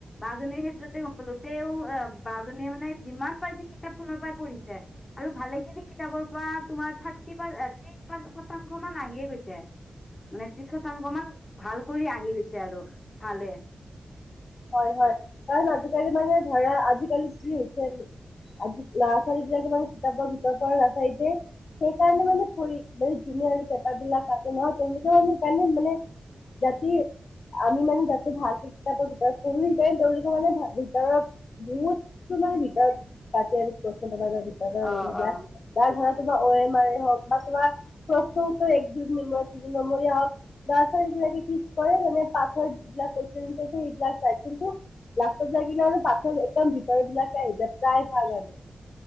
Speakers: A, on the left; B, on the left.
A: বা জনীৰ ক্ষেত্ৰতে গম বোলো তেওঁ বা জনীয়ে মানে যিমান পাৰিছে কিতাপখনৰ পৰাই পঢ়িছে। আৰু ভালেখিনি কিতাপৰ পৰা তোমাৰ থাৰ্টি পাৰ, ত্ৰিশ মান শতাংশ মান আহিয়ে গৈছে। মানে ত্ৰিশ শতাংশ মান ভাল কৰি আহি গৈছে আৰু চালে।
B: হয়-হয় কাৰণ আজিকালি মানে ধৰা, আজিকালি কি হৈছে আজি ল'ৰা-ছোৱালী বিলাকে ইমান কিতাপৰ ভিতৰৰ পৰা নাচায় যে, সেইকাৰণে মানে পঢ়ি, যোনে আৰু পেপাৰ বিলাক‌ কাটে ন' তেওঁলোকে মানে সেইকাৰণে মানে যাতে আমি মানে যাতে ভাল কিতাপৰ ভিতৰত পঢ়ো সেইকাৰণে তেওঁলোকে মানে ভিতৰত বহুত তোমাৰ ভিতৰত কাটে আৰু কুৱেচন পেপাৰৰ <unintelligible>
A: অ
B: এইবিলাক
A: অ
B: বা ধৰা তোমাৰ অ এম আৰ এ হওক বা তোমাৰ প্ৰশ্ন উত্তৰ এক, দুই, তিনি নম্বৰৰ হওক ল'ৰা-ছোৱালিবিলাকে কি কৰে মানে পাঠৰ যিবিলাক কুৱেচন এনচাৰ আছে সেইবিলাক চায়, কিন্তু লাষ্টত যাই কিনে মানে পাঠৰ একদম ভিতৰৰ বিলাকে আহি যায় প্ৰায ভাগ আৰু।